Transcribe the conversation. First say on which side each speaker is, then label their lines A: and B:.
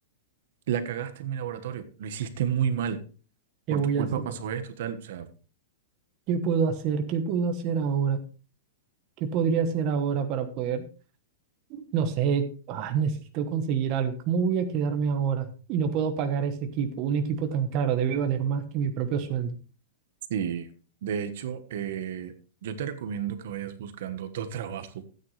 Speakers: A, on the right; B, on the right.
A: la cagaste en mi laboratorio. Lo hiciste muy mal. Por
B: ¿Qué voy
A: tu culpa
B: a hacer?
A: pasó esto, tal. O sea,
B: ¿Qué puedo hacer? ¿Qué puedo hacer ahora? ¿Qué podría hacer ahora para poder, no sé, ay, necesito conseguir algo? ¿Cómo voy a quedarme ahora? Y no puedo pagar ese equipo, un equipo tan caro debe valer más que mi propio sueldo.
A: sí. De hecho, eh, yo te recomiendo que vayas buscando otro <laughs> trabajo